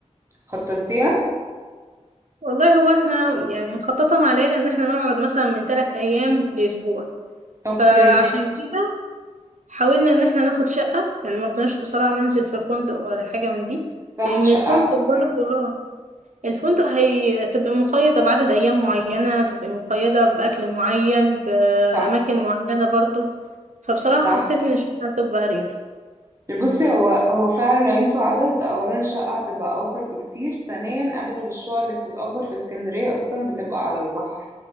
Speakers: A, on the right (about 25°); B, on the right (about 80°).
A: خططتيها
B: والله هو احنا يعني مخططة مع العيلة ان احنا نقعد مثلا من ثلاث ايام لاسبوع فعشان
A: اوكي ماشي
B: كده حاولنا ان احنا ناخد شقة يعني مرضناش بصراحة ننزل في فندق ولا حاجة من دي
A: صح
B: لان
A: شقة
B: الفندق
A: احسن
B: برضو
A: حاجة
B: الفندق هتبقى مقيدة بعدد أيام معينة تبقى مقيدة بأكل معين بأماكن
A: صح
B: معينة برضو فبصراحة
A: صح
B: حسيت إن الشقة هتبقى أريح
A: بصي هو هو فعلا لو انتوا عدد اولا الشقة هتبقى اوفر بكتير ثانيا اغلب الشقق اللي بتتأجر في اسكندرية اصلا بتبقى على البحر